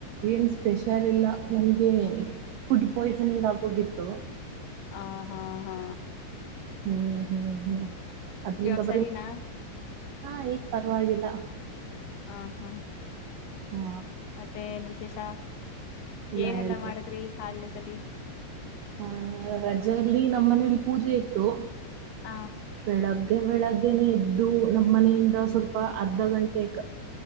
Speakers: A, on the right (about 80°); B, on the left (about 70°).
A: ಏನು ಸ್ಪೆಷಲ್ ಇಲ್ಲ ನನಗೆ ಫುಡ್ ಪಾಯ್ಸನಿಂಗ್ ಆಗೋಗಿತ್ತು
B: ಹಾ ಹಾ ಹಾ
A: ಹ್ಮ್ ಹ್ಮ್ ಹ್ಮ್ ಅದ
B: ಇವಾಗ
A: ಎಂತಪ
B: ಸರಿನಾ
A: ಹಾ ಈಏಗ ಪರವಾಗಿಲ್ಲ
B: ಹಾ ಹ್ಮ
A: ಹಾ
B: ಮತ್ತೆ ಏನ್ ವಿಶೇಷ
A: ಇಲ್ಲ
B: ಏನೆಲ್ಲಾ
A: ಹೇಳ್ಬೇಕು
B: ಮಾಡದ್ರಿ ಹಾಡ ಸಲಿ
A: ಹ ರಜಲ್ಲಿ ನಮ್ಮ ಮನೇಲಿ ಪೂಜೆ ಇತ್ತು
B: ಹ
A: ಬೆಳಗ್ಗೆ ಬೆಳಗ್ಗೆನೆೇ ಇದ್ದು ನಮ್ಮ್ ಮನೆಯಿಂದ ಸ್ವಲ್ಪ ಅರ್ಧ ಗಂಟೆ